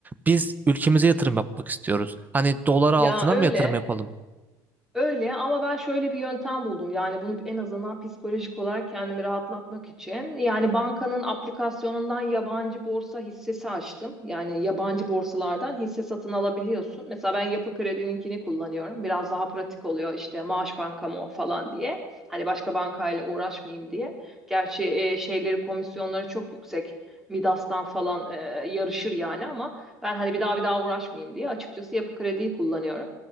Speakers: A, on the right; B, in the centre.
A: biz ülkemize yatırım yapmak istiyoruz. Hani dolara
B: Ya
A: altına
B: öyle.
A: mı yatırım yapalım?
B: Öyle ama ben şöyle bir yöntem buldum. Yani bunu en azından psikolojik olarak kendimi rahatlatmak için. Yani bankanın aplikasyonundan yabancı borsa hissesi açtım. Yani yabancı borsalardan hisse satın alabiliyorsun. Mesela ben Yapı Kredi'ninkini kullanıyorum. Biraz daha pratik oluyor işte maaş bankam o falan diye. Hani başka bankayla uğraşmayayım diye. Gerçi e, şeyleri komisyonları çok yüksek. Midas'tan falan e, yarışır yani ama ben hani bir daha bir daha uğraşmayayım diye açıkçası Yapı Kredi'yi kullanıyorum.